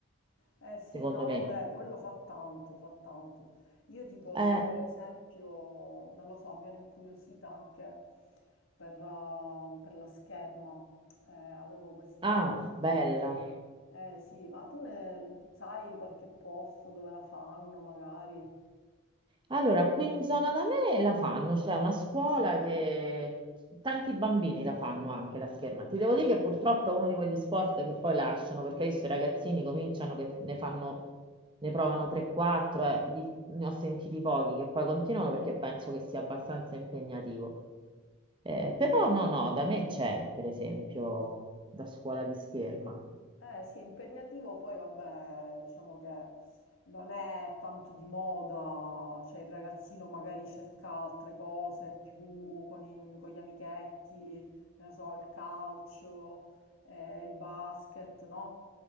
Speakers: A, on the left (about 75°); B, on the right (about 25°).
A: Eh sì,
B: secondo
A: no, vabbè,
B: me.
A: quello fa tanto, fa tanto. Io tipo,
B: Eh,
A: per esempio, non lo so, mi ero incuriosita anche per, eh, per la scherma. Eh, avevo questa...
B: ah, bella.
A: Eh sì, ma tu ne sai qualche posto dove la fanno magari?
B: Allora, qui in zona da me la fanno, c'è una scuola che tanti bambini la fanno anche la scherma. Ti devo dire che purtroppo è uno di quegli sport che poi lasciano, perché adesso i ragazzini cominciano che ne fanno, ne provano 3-4, eh, di- ne ho sentiti pochi che poi continuano perché penso che sia abbastanza impegnativo. Eh, però no, no, da me c'è, per esempio, da scuola di scherma.
A: Eh sì, è impegnativo, poi vabbè, diciamo che non è tanto di moda, cioè il ragazzino magari cerca altre cose più con, i- con gli amichetti, che ne so, il calcio, eh, il basket, no?